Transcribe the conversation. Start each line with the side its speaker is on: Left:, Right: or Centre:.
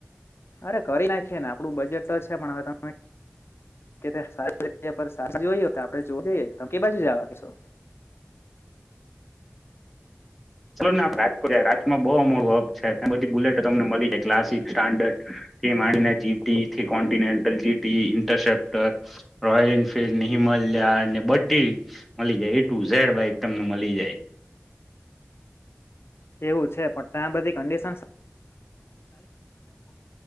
Left: અરે, કરી નાખીએ ને. આપડું બજેટ તો છે, પણ હવે તમે. કે સારી જોઈએ, તો આપડે જોવું જઈએ. તમે કે, બાજુ જવા કેશો.
Centre: <unintelligible> ચાલો ને, આપણે રાજકોટ. રાજકોમાં બહુ મોડું હબ છે, તેમાંથી બધી બુલેટો તમને મળી જાય, ક્લાસિક, સ્ટાન્ડર્ડ. માણીના જી કોન્ટિનેન્ટલ જીટી ઇન્ટરસેપ્ટર રોયલ એન્ફિલ્ડમ મળ બધી મળી જાય એટું ઝર ભાઈ તમને મળી જાય
Left: એવું છે પણ ત્યાં બધી કંડિશન